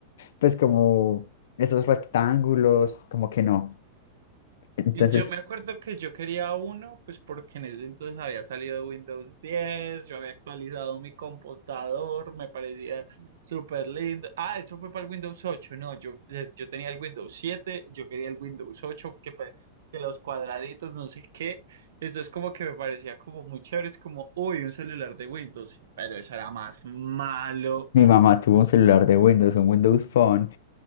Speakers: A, on the left; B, on the right.
A: pues como esos rectángulos, como que no. Entonces,
B: Y Yo me acuerdo que yo quería uno, pues porque en ese entonces había salido Windows 10, yo había actualizado mi computador, me parecía súper lindo. Ah, eso fue para el Windows 8, no, yo, eh, yo tenía el Windows 7, yo quería el Windows 8, que, pa- que los cuadraditos, no sé qué. Entonces como que me parecía como muy chévere, es como, uy, un celular de Windows, pero eso era más malo.
A: mi mamá tuvo un celular de Windows, un Windows Phone,